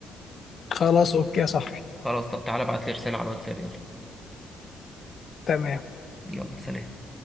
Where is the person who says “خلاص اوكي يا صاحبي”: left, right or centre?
Left